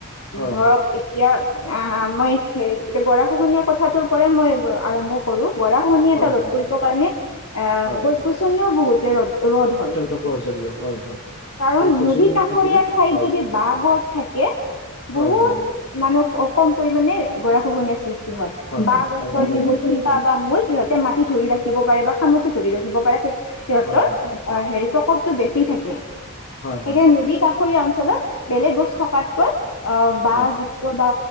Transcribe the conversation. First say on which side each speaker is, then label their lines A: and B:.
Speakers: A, on the left; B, on the left.
A: হয়
B: ধৰক
A: হয়
B: এতিয়া আহ, মই এতিয়া গৰা খহনীয়াৰ কথাটোৰ পৰাই মই আৰম্ভ কৰোঁ। গৰাখহনীয়া
A: হয়
B: এটা ৰ'দ
A: হয়
B: কৰিব কাৰণে এ
A: হয়
B: গছ- গছনিও বহুতে ৰ'দ ৰ'দ হয়
A: অত্যন্ত প্ৰয়োজনীয় হয় হয় হয়
B: কাৰণ
A: গছ গছনি
B: নদী কাষৰীয়া
A: থাকিলে
B: ঠাইত
A: হয়
B: যদি বাঁহ গছ থাকে
A: হয়
B: বহুত
A: হয় হয়
B: মানুহ অ, কম পৰিমানে গৰা খহনীয়া সৃষ্ট ষ্টি হয় বাঁহ
A: হয়
B: গছৰ
A: আৰু হয়
B: যিবোৰ
A: হয়
B: শিপা বা মূল সিহত এতিয়া মাটি ধৰি ৰাখিব পাৰে বা খামুচি ধৰি ৰাখিব পাৰে সিহঁতৰ
A: হয় হয় হয়
B: আহ হেৰি প্ৰকক টো বেছি থাকে সেইকাৰণে
A: হয় হয়
B: নদী কাষৰীয়া অঞ্চলত বেলেগ গছ থকাতকৈ অ' বাঁহ
A: হয়
B: যুক্ত বা